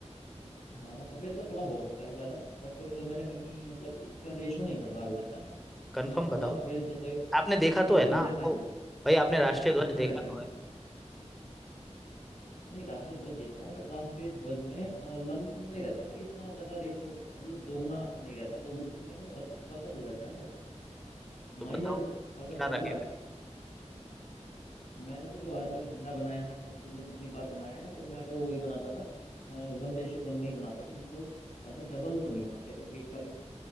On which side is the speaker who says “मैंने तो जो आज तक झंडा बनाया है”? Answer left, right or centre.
Left